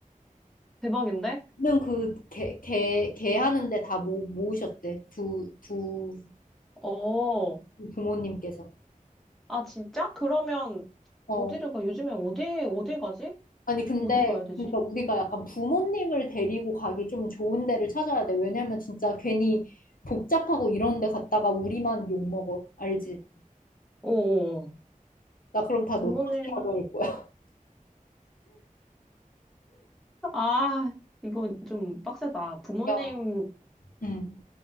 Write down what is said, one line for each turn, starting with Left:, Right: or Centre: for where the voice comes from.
Centre: 대박인데?
Left: 돈은 그 개, 개, 개 하는데 다 모, 모으셨대. 두, 두
Centre: 어,
Left: 부모님께서.
Centre: 아, 진짜? 그러면,
Left: 어,
Centre: 어디를 가? 요즘에 어디, 어디 가지?
Left: 아니, 근데,
Centre: 어디 가야 되지?
Left: 그러니까 우리가 약간 부모님을 데리고 가기 좀 좋은 데를 찾아야 돼. 왜냐면 진짜 괜히 복잡하고 이런 데 갔다가 우리만 욕먹어. 알지?
Centre: 어, 어, 어.
Left: 나 그럼 다 너
Centre: 부모님,
Left: 탓이라고 할 거야. <laughs>
Centre: 아, 이거 좀 빡세다. 부모님,
Left: 야, 응.